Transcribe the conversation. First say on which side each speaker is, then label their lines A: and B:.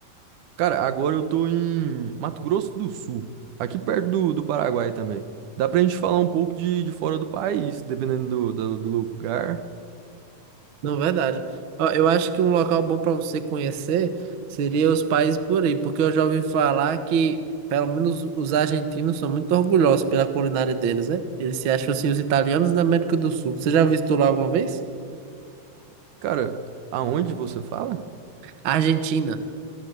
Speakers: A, on the right; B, on the right.
A: Cara, agora eu tô em Mato Grosso do Sul, aqui perto do, do Paraguai também. Dá pra gente falar um pouco de, de fora do país, dependendo do, do, do lugar.
B: Não, verdade. Ó, eu acho que um local bom para você conhecer seria os países por aí, porque eu já ouvi falar que, pelo menos, os argentinos são muito orgulhosos pela culinária deles, né? Eles se acham, assim, os italianos da América do Sul. Você já visitou lá alguma vez?
A: Cara, aonde você fala?
B: Argentina.